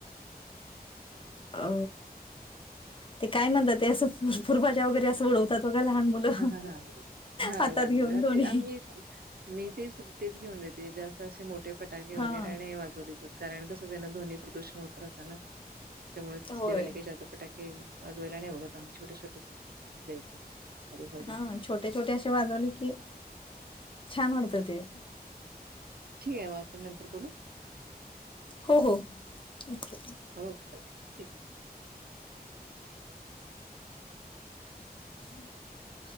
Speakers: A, on the left (about 30°); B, on the right (about 70°).
A: अ ते काय म्हणतात? ते असं फुरफुर बाज्या वगैरे असं उडवतात. बघा लहान मुलं.
B: हा हा हा हा.
A: हातात
B: लहान
A: घेऊन दोन्ही.
B: <unintelligible> ते आम्ही मी तेच तेच घेऊन देते जास्त असे मोठे फटाके वगैरे
A: हां,
B: नाई वाजवली पा कारण कसं त्यांना ध्वनी प्रदूषण होत राहत ना, त्यामुळे तसलेवाले
A: होय.
B: काही जादा पटाक हे वाजवायला नाही बघत आम्ही छोटे छोटे द्यायचं. साधे साधे
A: हा छोटे छोटे असे वाजवले की, छान वाटत ते.
B: ठीहाय म आपण नंतर बोलू?
A: हो, हो. नक्की.
B: Okay okay. ठीकये.
A: <unintelligible>